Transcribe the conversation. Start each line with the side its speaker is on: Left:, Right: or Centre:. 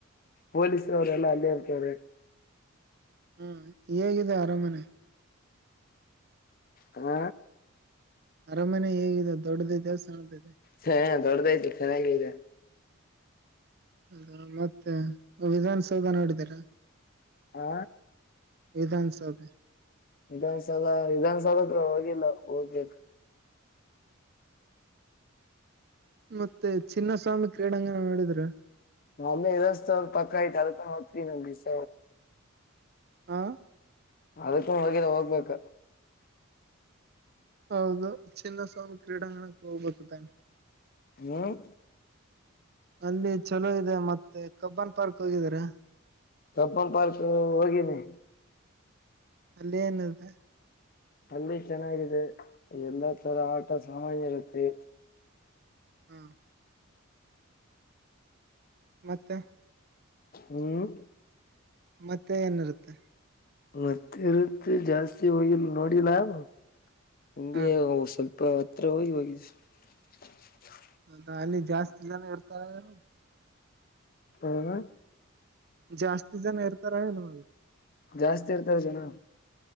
Left: ಪೊಲೀಸರುವರೆಲ್ಲ ಅಲ್ಲಿ ಇರ್ತಾರೆ
Right: ಹ್ಮ ಹೇಗಿದೆ ಅರಾಮನೆ
Left: ಹ್ಮ
Right: ಅರಾಮನೆ ಹೇಗಿದೆ ದೊಡ್ಡದ ಇದೆ ಸಣ್ಣ ಇದೆ
Left: ಹಾ ದೊಡ್ಡದಐತಿ ಚೆನ್ನಾಗತೆ
Right: ಹ ಮತ್ತೆ ವಿಧಾನಸೌಧ ನೋಡಿದ್ದೀರಾ
Left: ಹಾ
Right: ವಿಧಾನಸೌದಲ
Left: ವಿಧಾನಸೌಧ ವಿಧನ್ಸೌಧತ್ರ ಹೋಗಿಲ್ಲ ಹೋಗ್ಬೇಕ
Right: ಮತ್ತೆ ಚಿನ್ನಸ್ವಾಮಿ ಕ್ರೀಡಾಂಗನ ನೋಡಿದ್ರೆ
Left: ಅಲ್ಲೇ ರಸ್ತೆ ಪಕಾಯ ಚಲ್ಲ ಹೊತ ನ ಸ
Right: ಹಾಂ
Left: ಅದಕ್ಕ ಹೋಗಿಲ್ಲ ಹೋಗ್ಬೇಕ
Right: ಹೌದು ಚಿನ್ನಸ್ವಾಮಿ ಕ್ರೀಡಾಂಗಣಕ್ಕೆ ಹೋಗ್ಬೇಕ ತಾನೆ
Left: ಹ್ಮ್
Right: ಅಲ್ಲಿ ಚಲೋ ಇದೆ ಮತ್ತೆ ಕಬ್ಬನ್ ಪಾರ್ಕ್ ಹೋಗಿದಿದ್ದಾರೆ
Left: ಕಪ್ಪನ್ ಪಾರ್ಕ್ ಹೋಗಿನಿ
Right: ಅಲ್ಲಿ ಏನಿದೆ <unintelligible>
Left: ಅಲ್ಲಿ ಚೆನ್ನಾಗಿದೆ ಎಲ್ಲಾ ತರ ಆಟ ಸಾಮಾನ್ ಇರುತ್ತೆ
Right: ಹಾ ಮತ್ತೆ
Left: ಹ್ಮ್
Right: ಮತ್ತೆ ಏನಿರುತ್ತೆ
Left: ಮತ್ತೆ ಇರುತ್ತ ಜಾಸ್ತಿ ಹೋಗಿಲ್ಲ ನೋಡಿಲ್ಲ ಹಂಗೆ
Right: ಹಾ
Left: ಸ್ವಲ್ಪ ಪತ್ರ ಹೋಗ <unintelligible>
Right: ಅದ ಅಲ್ಲಿ ಜಾಸ್ತಿ ಜನ ಇರ್ತಾರೆ ಏನು
Left: ಹಣ
Right: ಜಾಸ್ತಿ ಜನ ಇರ್ತಾರೆ ಏನು
Left: ಜಾಸ್ತಿ ಇರ್ತಾರೆ ಜನ